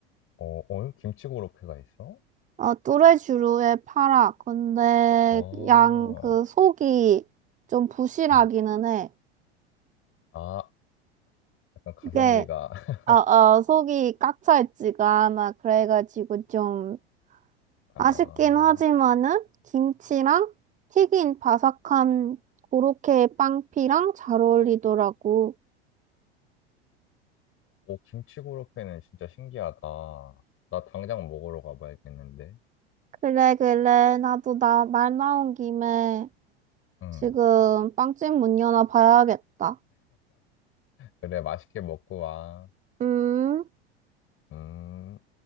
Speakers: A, on the left; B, on the right.
A: 어, 어, 김치 고로케가 있어?
B: 아, 뚜레쥬르의 파라. 근데
A: 어,
B: 양 그 속이 좀 부실하기는
A: 응.
B: 해.
A: 아, 약간 가성비가.
B: 이게
A: <laughs>
B: 어, 어, 속이 꽉 차 있지가 않아. 그래가지고 좀
A: 아,
B: 아쉽긴 하지만은 김치랑 튀긴 바삭한 고로케 빵피랑 잘 어울리더라고.
A: 오, 김치 고로케는 진짜 신기하다. 나 당장 먹으러 가봐야겠는데.
B: 그래, 그래. 나도 나 말 나온 김에
A: 응.
B: 지금 빵집 문 여나 봐야겠다.
A: 그래, 맛있게 먹고 와.
B: 음.
A: 음.